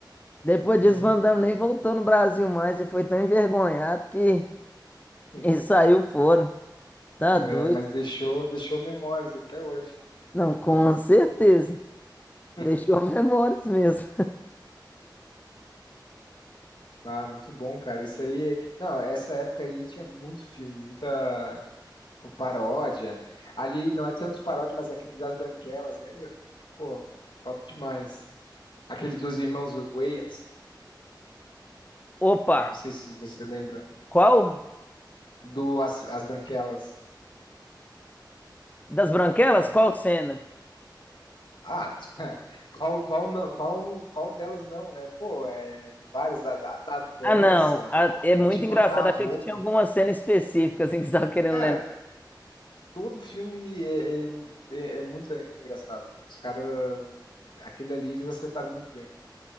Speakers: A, on the left; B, on the left.
A: Depois
B: Uhum.
A: disso, Van Damme nem voltou no Brasil mais e foi tão envergonhado que <laughs>
B: Hum.
A: ele saiu fora. Tá
B: É,
A: doido.
B: mas deixou, deixou memórias até hoje.
A: Não,
B: Coitado.
A: com certeza.
B: <laughs>
A: Deixou memórias mesmo.
B: Ah, muito bom, cara. Isso aí. Não, essa época aí tinha muito filme, muita tipo, paródia. Ali não é tanto paródia, mas aquele das Branquelas, lembra? Pô, top demais. Aquele dos irmãos Wayans,
A: Opa,
B: não sei se você lembra,
A: qual
B: do As, As Branquelas.
A: das branquelas?
B: Do-
A: Qual cena?
B: Ah, <laughs> qual, qual, não, qual, qual delas não, né? Pô, é várias, a da, da dança,
A: Ah, não, a- é muito
B: a de botar
A: engraçado.
B: a roupa.
A: Achei que tinha alguma cena específica assim que você estava querendo
B: Cara,
A: lembrar.
B: todo filme é, é, é- é muito, é muito engraçado. Os caras aquele ali eles acertaram muito bem.